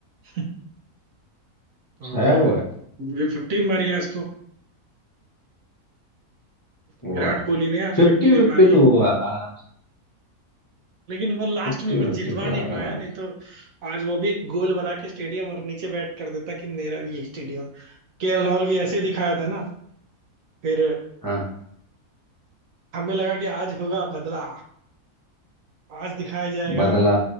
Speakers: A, on the right (about 65°); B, on the left (about 15°).
A: <laughs>
B: छाया
A: और
B: हुआ है
A: फिफ्टी मारी आज तो विराट
B: वाह
A: कोहली ने आज
B: फिफ्टी
A: फिफ्टी भी
B: फिफ्टी
A: मारी
B: तो हुआ आराम से
A: लेकिन वो लास्ट
B: फिफ्टी
A: में बस
B: फिफ्टी
A: जितवा
B: तो
A: नहीं
B: आ- आराम
A: पाया नहीं
B: से
A: तो आज वो भी एक गोल बना के स्टेडियम और नीचे बैठ कर देता कि मेरा भी ये स्टेडियम केएल राहुल भी ऐसे ही दिखाया था ना फिर
B: हाँ।
A: हमें लगा कि आज होगा बदला आज दिखाया जाएगा
B: बदला